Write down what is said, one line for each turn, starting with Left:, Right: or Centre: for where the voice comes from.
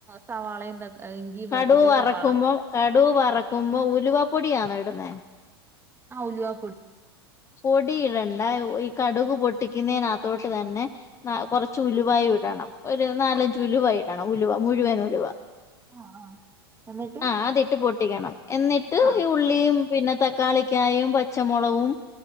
Right: സവാളയുംന്തൊ ഇഞ്ചിയും
Left: കടുക്
Right: വെളുത്തുള്ളി
Left: വറക്കുമ്പോ
Right: സവാള
Left: കടുക് വറക്കുമ്പോ ഉലുവപ്പൊടിയാണോ ഇടുന്നെ
Right: ആ ഉലുവ
Left: പൊടി ഇടണ്ടാ ഉയ്‌ കടുക് പൊട്ടിക്കുന്നതിനകത്തോട്ട് തന്നെ കുറച്ച് ഉലുവായിടണം ഒരു നാലഞ്ചു ഉലുവായി ടണം ഉലുവ മുഴുവൻ ഉലുവ
Right: ആഹ് ആഹ് എന്നിട്ട്
Left: ആ അതിട്ട് പൊട്ടിക്കണം എന്നിട്ട്
Right: ആഹ്
Left: ഈ ഉള്ളിയും പിന്നെ തക്കാളിക്കായും പച്ചമുളകും